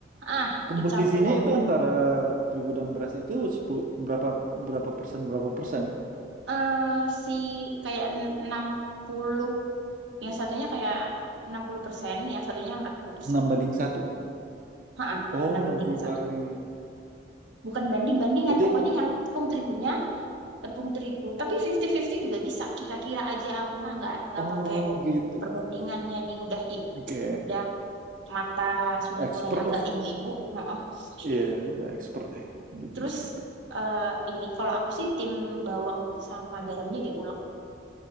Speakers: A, on the right; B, on the right.
A: ah
B: Komposisinya
A: dicampur
B: itu antara terigu dan beras itu 10 berapa berapa persen berapa persen?
A: eh si kayak en- enam puluh yang satunya kayak 60%, yang satunya 40%.
B: 6 banding satu.
A: Heeh,
B: Oh,
A: 6
B: enam
A: banding
B: puluh
A: satu,
B: kali.
A: Bukan banding-bandingan,
B: Berarti
A: pokoknya yang tepung terigunya tepung terigu. Tapi 50-50 juga bisa. Kira-kira aja aku mah nggak nggak
B: Oh
A: pakai
B: gitu.
A: perbandingan ya nih udah i-
B: Oke.
A: udah mata sudah
B: Expert
A: mulai agak
B: loh.
A: ibu-ibu. Heeh. <laughs>
B: Iya, udah expert deh di
A: Terus
B: bidang itu.
A: eh, ini kalau aku sih tim bawang sama garamnya diulek